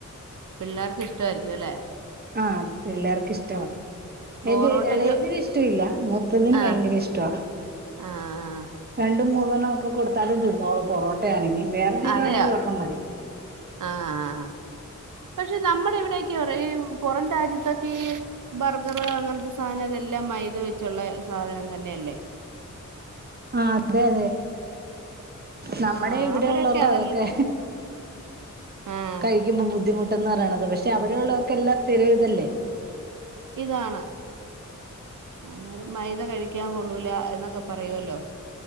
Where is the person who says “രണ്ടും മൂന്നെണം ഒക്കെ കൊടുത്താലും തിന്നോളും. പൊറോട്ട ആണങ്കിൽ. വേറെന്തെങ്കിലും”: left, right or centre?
Right